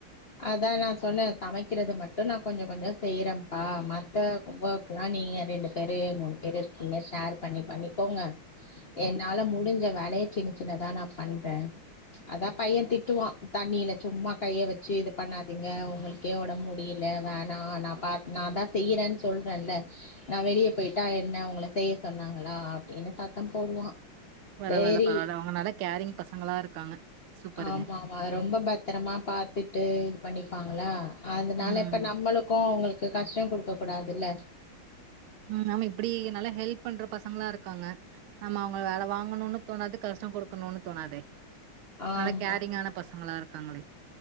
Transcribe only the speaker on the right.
பரவால்ல
பரவால்ல அவுங்க நல்லா கேரிங் பசங்களா இருக்காங்க சூப்பருங்க.
ம்.
ம் ஆமா இப்புடி நல்லா ஹெல்ப் ஒர்க் பண்ற பசங்களா இருக்காங்க நம்ம அவங்க வேல வாங்கணுன்னு தோணாது கஷ்டோ கொடுக்கணும்னு தோணாதே நல்லா
கேரிங்கான பசங்களா இருக்காங்களே